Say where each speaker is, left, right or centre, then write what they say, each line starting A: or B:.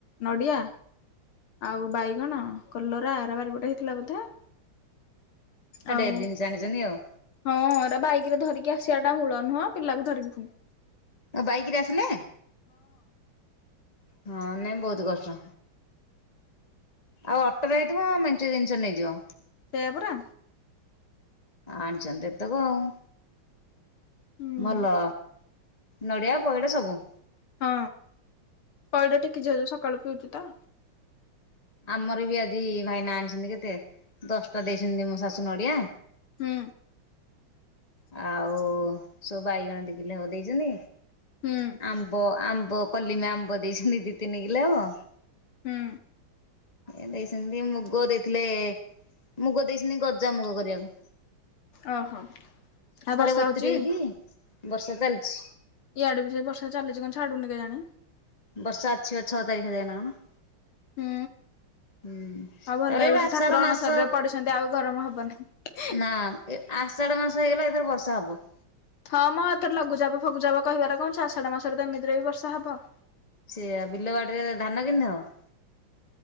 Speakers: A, on the left (about 85°); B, on the left (about 20°).
A: ନଡ଼ିଆ ଆଉ ବାଇଗଣ କଲରା ଏରା ବାରିପଟେ ହେଇଥିଲା ବୋଧେ। ଆଉ
B: ଢ଼େରେ ଜିନଷ ଆଣିଛନ୍ତି ଆଉ।
A: ହଁ ଏରା ବାଇକରେ ଧରିକି ଆସିବାଟା ମୂଳ ନୁହଁ ପିଲାକୁ ଧରିକି ଫୁଣି।
B: ଆଉ ବାଇକରେ ଆସିଲେ? ହଁ ନାଇଁ ବହୁତ କଷ୍ଟ। ଆଉ ଅଟୋରେ ଆଇଥିବ ମେଞ୍ଚେ ଜିନିଷ ନେଇଯିବ।
A: ସେୟା ପରା।
B: ଆଣିଛନ୍ତି ଏତେକ ଆଉ
A: ହୁଁ
B: ଭଲ। ନଡ଼ିଆ ପଇଡ଼ ସବୁ।
A: ହଁ ପଇଡ଼ ଟିକି ଝିଅ ଯଉ ସକାଳୁ ପୁଇଚି ତ।
B: ଆମର ବି ଆଜି ଭାଇନା ଆଣିଛନ୍ତି କେତେ ଦଶଟା ଦେଇଛନ୍ତି ମୋ ଶାଶୁ ନଡିଆ
A: ହୁଁ।
B: ଆଉ ସବୁ ବାଇଗଣ ଦି କିଲେ ହବ ଦେଇଚନ୍ତି।
A: ହୁଁ
B: ଆମ୍ବ ଆମ୍ବ କଲିମି ଆମ୍ବ ଦେଇଛନ୍ତି ଦି ତିନି କିଲେ ହବ।
A: ହୁଁ
B: ଏ ଦେଇଚନ୍ତି ମୁଗ ଦେଇଥିଲେ। ମୁଗ ଦେଇଚନ୍ତି ଗଜା ମୁଗ କରିଆକୁ।
A: ଓହୋ ଆଉ ବର୍ଷା
B: ବତୁରେଇକି
A: ହଉଚି?
B: ବର୍ଷା ଚାଲିଛି।
A: ଇଆଡେ ବି ସେଇ ବର୍ଷା ଚାଲିଚି କଣ ଛାଡୁନି କେଜାଣି।
B: ବର୍ଷା ଅଛି ବା ଛଅ ତାରିଖ ଯାଏ ନା କଣ?
A: ହୁଁ।
B: ହୁଁ
A: ଆଉ ଭଲ
B: ତାପରେ
A: ଏଇ
B: ଏବେ
A: ବର୍ଷ
B: ଆଷାଢ
A: ଠାକୁର
B: ମାସ
A: ଅଣସରରେ ପଡିଛନ୍ତି ଆଉ ଗରମ ହବ ନାହିଁ।
B: ନା ଏ ଆଷାଢ ମାସ ହେଇଗଲା ଏଥର ବର୍ଷା ହବ।
A: ହଁ ମ ଏଥର ଲଘୁଚାପ ଫଗୁଚାପ କହିବାରେ କଣ ଅଛି ଆଷାଢ ମାସରେ ତ ଏମିତିରେ ବି ବର୍ଷା ହବ।
B: ସେଇଆ ବିଲ ବାଡିରେ ଧାନ କିମିତି ହବ?